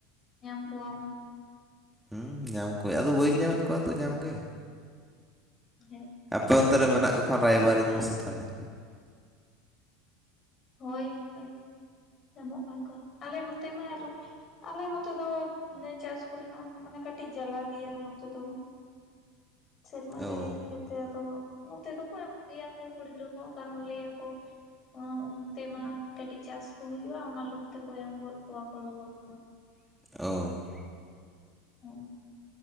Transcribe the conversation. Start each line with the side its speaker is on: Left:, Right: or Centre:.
Left: ᱧᱟᱢ ᱠᱚᱣᱟᱢ
Centre: ᱦᱩᱸ ᱧᱟᱢ ᱠᱚᱣᱟᱹᱧ ᱟᱫᱚ ᱵᱟᱹᱧ ᱧᱟᱢᱮᱫ ᱠᱚᱣᱟ ᱛᱚ ᱧᱟᱢ ᱜᱮ
Left: ᱦᱮᱸ ᱛᱚ
Centre: ᱯᱮ ᱚᱱᱛᱮ ᱨᱮ ᱢᱮᱱᱟᱜ ᱠᱚ ᱠᱷᱟᱱ ᱨᱟᱭᱵᱟᱨᱤᱧ ᱢᱮᱥᱮ ᱛᱟᱦᱚᱞᱮ᱾
Left: ᱦᱳᱭ ᱦᱳᱭ ᱧᱟᱢᱚᱜ ᱠᱟᱱ ᱠᱚ ᱟᱞᱮ ᱱᱚᱛᱮ ᱢᱟ ᱟᱨ ᱟᱞᱮ ᱱᱚᱛᱮ ᱫᱚ ᱪᱟᱥ ᱠᱚᱨᱮᱱᱟᱜ ᱦᱚᱸ ᱢᱟᱱᱮ ᱠᱟᱹᱴᱤᱡ ᱡᱟᱞᱟ ᱜᱮᱭᱟ ᱱᱚᱛᱮ ᱫᱚ᱾ ᱥᱮᱨᱢᱟ
Centre: ᱚ
Left: ᱡᱟᱹᱲᱤ ᱜᱮ ᱛᱮ ᱟᱫᱚ ᱱᱚᱛᱮ ᱫᱚᱠᱚ ᱮᱢᱚᱜ ᱜᱮᱭᱟ ᱠᱚ ᱠᱩᱲᱤ ᱜᱤᱫᱽᱨᱟᱹ ᱠᱚ ᱠᱟᱨᱚᱱ ᱞᱟᱹᱭ ᱟᱠᱚ ᱩᱸ ᱩᱸ ᱛᱮᱢᱟ ᱠᱮᱴᱤᱡ ᱪᱟᱥ ᱠᱚ ᱦᱳᱭᱳᱜᱼᱟ ᱚᱱᱟ ᱞᱳᱵᱷ ᱛᱮᱠᱚ ᱮᱢ ᱜᱚᱫ ᱠᱚᱣᱟ ᱠᱚ ᱞᱚᱜᱚᱱ ᱞᱚᱜᱚᱱ᱾
Centre: ᱳ
Left: <unintelligible>